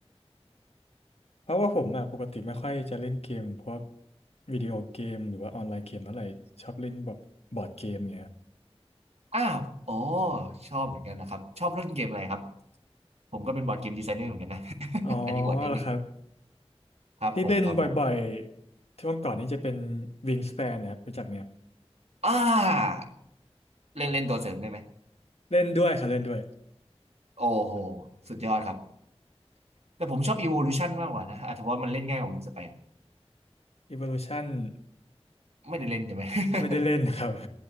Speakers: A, on the left; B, on the right.
A: เพราะว่าผมอ่ะปกติไม่ค่อยจะเล่นเกมพวกวิดีโอเกมหรือว่าออนไลน์เกมอะไรชอบเล่นแบบบอร์ดเกมเงี้ยครับ
B: อ้าวโอ้ชอบเหมือนกันนะครับชอบเล่นเกมอะไรครับผมก็เป็นบอร์ดเกมดีไซเนอร์เหมือนกันนะ <laughs>
A: อ๋อ
B: อันนี้อวดนิดนึง
A: เหรอครับ
B: ครับผมครับผม
A: ที่เล่นบ่อยๆช่วงก่อนนี้จะเป็น Wingspan นะครับรู้จักไหมครับ
B: อ่าเล่นเล่นตัวเสริมได้ไหม
A: เล่นด้วยครับเล่นด้วย
B: โอ้โหสุดยอดครับแต่ผมชอบ Evolution มากกว่านะอาจจะเพราะมันเล่นง่ายกว่า Wingspan
A: Evolution
B: ไม่ได้เล่นใช่ไหม
A: ไม่ได้เล่นครับ
B: <laughs>
A: <laughs>